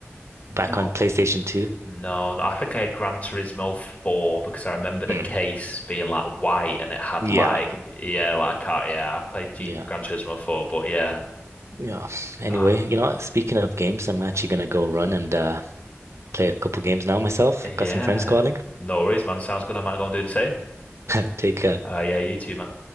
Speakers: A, on the left; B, on the right.
A: No.
B: back on PlayStation 2.
A: No, no, I think I had Gran Turismo 4 because I remember the
B: Mm.
A: case being like white and it had
B: Yeah,
A: like,
B: yeah,
A: yeah, like I can't, yeah, I played G
B: yeah,
A: Gran Turismo 4, but yeah.
B: yeah. Anyway,
A: Oh,
B: you know what? Speaking of games, I'm actually gonna go run and uh, play a couple games now myself.
A: yeah.
B: Got some friends calling.
A: No worries, man. Sounds good. I might go and do the same.
B: <laughs> Take care.
A: Uh, yeah, you too, man.